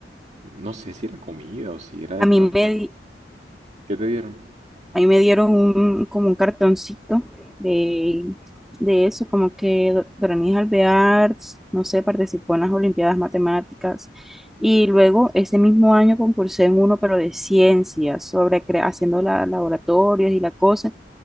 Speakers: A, on the right; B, in the centre.
A: no sé si era comida o si era de
B: A mí
A: pronto.
B: me, di-
A: ¿Qué te dieron?
B: Ahí me dieron un, como un cartoncito de, de eso, como que Do- Doranis Alvear, no sé, participó en las Olimpiadas Matemáticas. Y luego ese mismo año concursé en uno, pero de ciencias, sobre cre- haciendo la- laboratorios y la cosa.